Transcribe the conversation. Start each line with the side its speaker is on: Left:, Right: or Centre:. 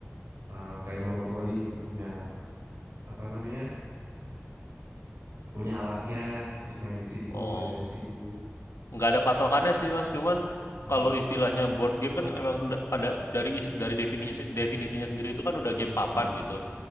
Right: eh, kayak monopoli itu punya apa namanya punya alasnya terus main di situ
Left: Oh,
Right: ngeliat dari situ
Left: nggak ada patokannya sih mas. Cuman
Right: hmm.
Left: kalau istilahnya board game kan emang udah pada dari is- dari definisi definisinya sendiri
Right: board.
Left: itu kan udah game papan
Right: ada apa
Left: gitu.